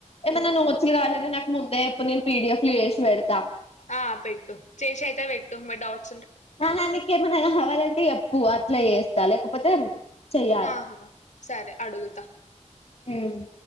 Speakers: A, on the left (about 55°); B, on the left (about 75°).
A: ఏమన్న నోట్స్ లు కావాలంటే నాకు ముందే చెప్పు నేను పిడిఎఫ్ లు చేసి పెడతా
B: ఆ పెట్టు చేసి అయితే పెట్టు మే డౌట్
A: ఆహా నికేమన్నా కావాలంటే చెప్ ప్పు అట్లే చేస్తా లేకపోతే చెయ్యాలి
B: కాహా సరే అడుగుతా
A: ఉమ్